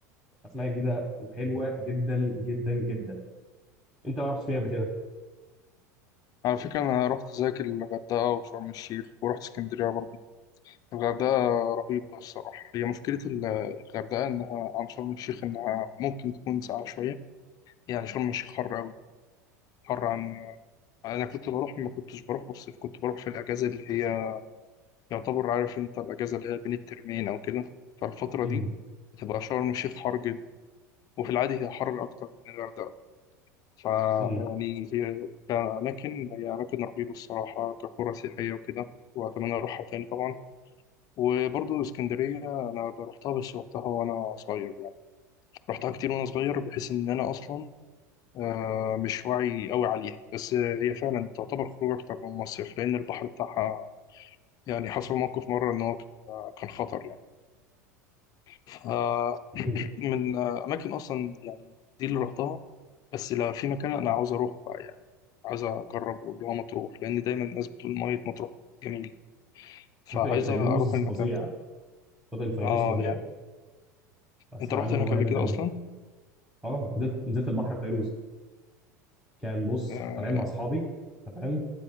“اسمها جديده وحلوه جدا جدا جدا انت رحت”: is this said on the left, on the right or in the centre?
Centre